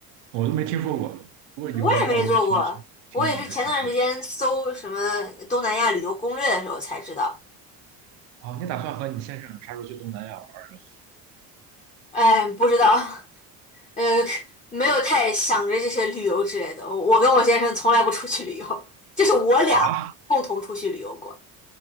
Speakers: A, on the right (about 80°); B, on the left (about 15°).
A: 我都没听说过。如果有的话，
B: 我也没坐过，
A: 我就挺挺挺想去尝试一下。
B: 我也是前段时间搜什么东南亚旅游攻略的时候才知道。
A: 哦，你打算和你先生啥时候去东南亚玩儿是
B: 哎，不知道，呃，没有太想着这些旅游之类的。我我跟我先生从来不出去旅游，就是我俩共同出去旅游过。
A: 吧？啊，